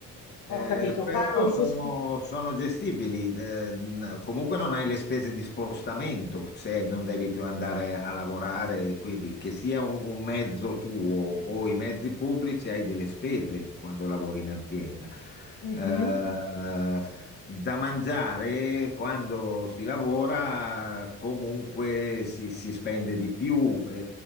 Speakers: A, on the left (about 30°); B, on the left (about 60°).
A: Eh,
B: Ho capito,
A: però
B: parlo di
A: sono,
B: questi...
A: sono gestibili, eh, n- comunque non hai le spese di spostamento, se non devi più andare a lavorare, quindi che sia un, un mezzo tuo o i mezzi pubblici, hai delle spese quando lavori in azienda.
B: Mhm,
A: Eh, da mangiare quando si lavora comunque si, si spende di più e,